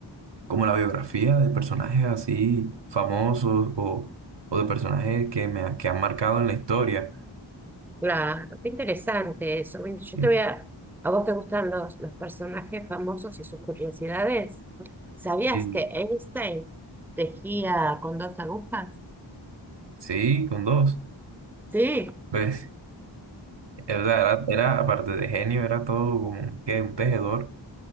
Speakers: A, on the right; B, in the centre.
A: como la biografía de personajes así famosos o, o de personajes que me ha- que han marcado en la historia.
B: Claro, qué interesante eso. Mira, Yo
A: Y-
B: te voy a... ¿A vos te gustan los, los personajes famosos y sus curiosidades? ¿Sabías
A: y
B: que Einstein tejía con dos agujas?
A: sí, con dos.
B: Sí.
A: Pues, era, era, era, aparte de genio, era todo como que un tejedor.